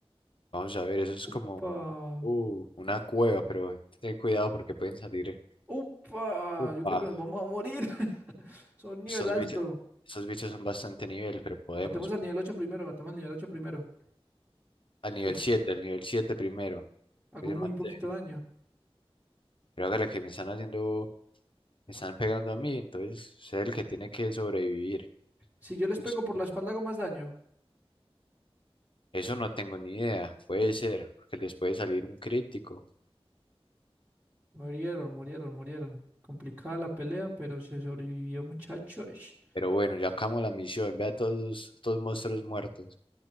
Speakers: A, on the left; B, on the right.
A: Vamos a ver, eso es
B: ¡Upa!
A: como uh, una cueva, pero ten cuidado porque pueden salir.
B: ¡Upa!
A: Upa,
B: Yo creo que nos vamos a morir. <laughs> Son nivel
A: estos
B: alto.
A: bichos, estos bichos son bastante nivel, pero podemos.
B: Matemos al nivel 8 primero, matemos al nivel 8 primero.
A: Al nivel
B: Uf,
A: siete al nivel siete primero,
B: hago
A: que es
B: muy
A: el más
B: poquito
A: débil.
B: daño.
A: Creo que la que me están haciendo, me están pegando a mí, entonces es el que tiene que sobrevivir.
B: Si yo les
A: Pues,
B: pego por
A: pues,
B: la espalda, hago más daño.
A: Eso no tengo ni idea, puede ser, porque les puede salir un crítico.
B: Murieron, murieron, murieron. Complicada la pelea, pero se sobrevivió, muchachos.
A: Pero bueno, ya acabamos la misión. vea a todos esos- estos monstruos muertos.